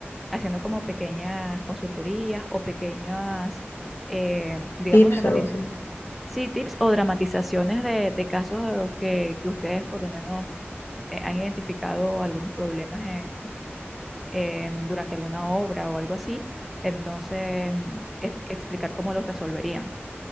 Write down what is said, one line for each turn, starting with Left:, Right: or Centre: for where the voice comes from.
Centre: haciendo como pequeñas consultorías o pequeñas, eh, digamos,
Left: Tips,
Centre: dramati-
Left: algo así.
Centre: sí, tips o dramatizaciones de, de casos de los que, que ustedes por lo menos eh, han identificado algunos problemas en- en- durante alguna obra o algo así. Entonces, es- explicar cómo los resolverían,